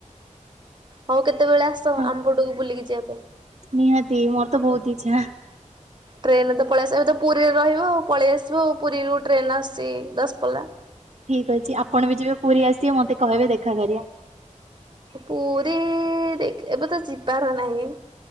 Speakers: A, on the right (about 35°); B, on the right (about 50°).
A: ହଉ କେତେବେଳେ ଆସ
B: ହଁ
A: ଆମ ପଟକୁ ବୁଲିକି ଯିବା ପାଇଁ
B: ନିହାତି ମୋର ତ ବହୁତ ଇଚ୍ଛା।
A: ଟ୍ରେନ୍ ରେ ତ ପଳେଇ ଆସିବା ଏବେ ତ ପୁରୀରେ ରହିବ ପଳେଇ ଆସିବ ପୁରୀରୁ ଟ୍ରେନ୍ ଆସିଛି ଦଶ ପଲ୍ଲା।
B: ଠିକ୍ ଅଛି ଆପଣ ବି ଯେବେ ପୁରୀ ଆସିବେ ମତେ କହିବେ ଦେଖା କରିବା।
A: ପୁରୀ ଦେ ଏବେ ତ ଯିବାର ନାହିଁ।